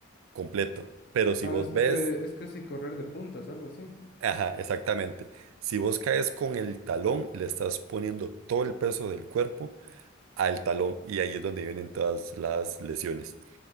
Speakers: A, on the right (about 85°); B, on the left (about 50°).
A: completo. Pero si
B: Ah,
A: vos
B: es,
A: ves,
B: que, eh, es casi correr de puntas, algo así.
A: ajá, exactamente, si vos caes con el talón, le estás poniendo todo el peso del cuerpo al talón y ahí es donde vienen todas las lesiones,